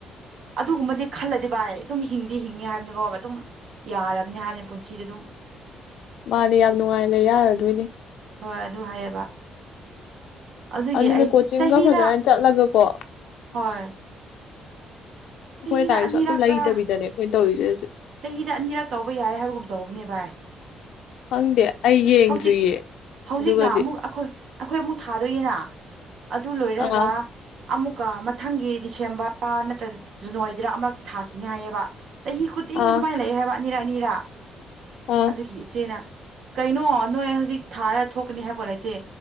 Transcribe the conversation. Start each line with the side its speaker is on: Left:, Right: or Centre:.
Right: ꯑꯗꯨꯒꯨꯝꯕꯗꯤ ꯈꯜꯂꯗꯤ ꯚꯥꯏ ꯑꯗꯨꯝ ꯍꯤꯡꯗꯤ ꯍꯤꯡꯉꯤ ꯍꯥꯏꯕꯅꯤꯀꯣ ꯑꯗꯨꯝ ꯌꯥꯔꯕꯅꯤ ꯍꯥꯏꯕꯅꯦ ꯄꯨꯟꯁꯤꯗꯤ ꯑꯗꯨꯝ
Left: ꯃꯥꯅꯦ ꯌꯥꯝ ꯅꯨꯡꯉꯥꯏ ꯂꯩ ꯌꯥꯔꯗꯣꯏꯅꯤ
Right: ꯍꯣꯏ ꯑꯗꯨ ꯍꯥꯏꯌꯦꯕ ꯑꯗꯨꯒꯤ
Left: ꯑꯗꯨꯅ
Right: ꯑꯩ
Left: ꯀꯣꯆꯤꯡꯒ
Right: ꯆꯍꯤꯗ
Left: ꯐꯖꯅ ꯆꯠꯂꯒ ꯀꯣ
Right: ꯍꯣꯏ ꯆꯍꯤꯗ
Left: ꯑꯈꯣꯏ ꯂꯥꯏꯔꯤꯛꯁꯨ
Right: ꯑꯅꯤꯔꯛꯔꯥ
Left: ꯑꯝꯇ ꯂꯩꯇꯕꯤꯗꯅꯦ ꯑꯈꯣꯏꯅ ꯇꯧꯔꯤꯁꯦ ꯍꯧꯖꯤꯛ
Right: ꯆꯍꯤꯗ ꯑꯅꯤꯔꯛ ꯇꯧꯕ ꯌꯥꯏ ꯍꯥꯏꯕꯒꯨꯝ ꯇꯧꯕꯅꯦ ꯚꯥꯏ
Left: ꯈꯪꯗꯦ ꯑꯩ ꯌꯦꯡꯗ꯭ꯔꯤꯌꯦ
Right: ꯍꯧꯖꯤꯛ ꯍꯧꯖꯤꯛꯅ
Left: ꯑꯗꯨꯒꯗꯤ
Right: ꯑꯃꯨꯛ ꯑꯈꯣꯏ ꯑꯩꯈꯣꯏ ꯑꯃꯨꯛ ꯊꯥꯗꯣꯏꯅꯤꯅ ꯑꯗꯨ ꯂꯣꯏꯔꯒ
Left: ꯑꯥ
Right: ꯑꯃꯨꯛꯀ ꯃꯊꯪꯒꯤ ꯗꯤꯁꯦꯝꯕꯔꯗ ꯅꯠꯇ꯭ꯔ ꯖꯟꯅꯋꯥꯔꯤꯗ ꯑꯃ ꯊꯥꯈꯤꯅꯤ ꯍꯥꯏꯌꯦꯕ ꯆꯍꯤ ꯈꯨꯗꯤꯡ
Left: ꯑꯥ
Right: ꯑꯗꯨꯃꯥꯏꯅ ꯂꯩ ꯍꯥꯏꯕ ꯑꯅꯤꯔꯛ ꯑꯅꯤꯔꯥ
Left: ꯑꯥ
Right: ꯑꯗꯨꯒꯤ ꯏꯆꯦꯅ ꯀꯩꯅꯣ ꯅꯣꯏ ꯍꯧꯖꯤꯛ ꯊꯥꯔ ꯊꯣꯛꯀꯅꯤ ꯍꯥꯏꯕ ꯂꯩꯇꯦ